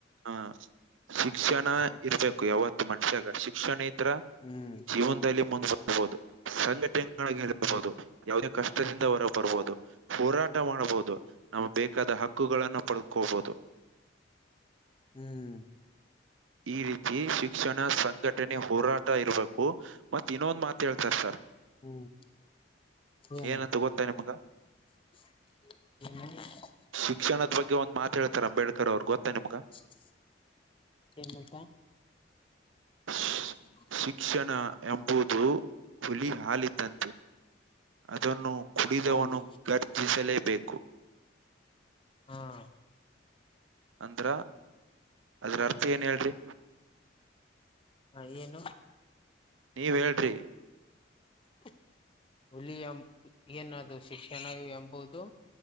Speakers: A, on the right; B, on the left.
A: ಹಾ ಶಿಕ್ಷಣ
B: ಹೌದು
A: ಇರ್ಬೇಕು ಯಾವತ್ತು ಮನುಷ್ಯಾಗ ಶಿಕ್ಷಣ ಇದ್ರ.
B: ಹ್ಮ್
A: ಜೀವನದಲ್ಲಿ ಮುಂದ್ಬರ್ಬಹುದು. ಸಂಘಟನೆಗಳಿಗೆ ಇಳಿಬೋದು
B: ಹ್ಮ್
A: ಯಾವುದೇ ಕಷ್ಟದಿಂದ ಹೊರ ಬರ್ಬೋದು ಹೋರಾಟ ಮಾಡ್ಬೋದು. ನಾವು ಬೇಕಾದ ಹಕ್ಕುಗಳನ್ನು ಪಡ್ಕೋಬಹುದು.
B: ಹ್ಮ್
A: ಈ ರೀತಿ ಶಿಕ್ಷಣ ಸಂಘಟನೆ ಹೋರಾಟ ಇರ್ಬೇಕು ಮತ್ ಇನ್ನೊಂದ್ ಮಾತ್ ಹೇಳ್ತಾರ್ ಸರ್.
B: ಹುಂ ಎನ.
A: ಏನಂತ ಗೊತ್ತಾ ನಿಮ್ಗ
B: <unintelligible>
A: ಶಿಕ್ಷಣದ ಬಗ್ಗೆ ಒಂದ್ ಮಾತ ಹೇಳ್ತಾರ ಅಂಬೇಡ್ಕರ್ ಅವ್ರು ಗೊತ್ತಾ ನಿಮ್ಗ.
B: ಸ್ ಸ್ ಎನ್ ಬೇಕ.
A: ಶ್-
B: ಹ್ಮ್. <unintelligible>
A: ಶಿಕ್ಷಣ ಎಂಬುದು ಹುಲಿ ಹಾಲಿದ್ದಂತೆ. ಅದನ್ನು ಕುಡಿದವನು
B: ಹಾಲು
A: ಗರ್ಜಿಸಲೇಬೇಕು.
B: ಹಾಂ
A: ಅಂದ್ರ ಅದ್ರ ಅರ್ಥ ಏನ್ ಹೇಳ್ರಿ.
B: ಹಾ ಏನು.
A: ನೀವ್ ಹೇಳ್ರಿ.
B: ತ್ ಹುಲಿ ಎಂ ಏನದು ಶಿಕ್ಷಣ ಎಂಬುದು.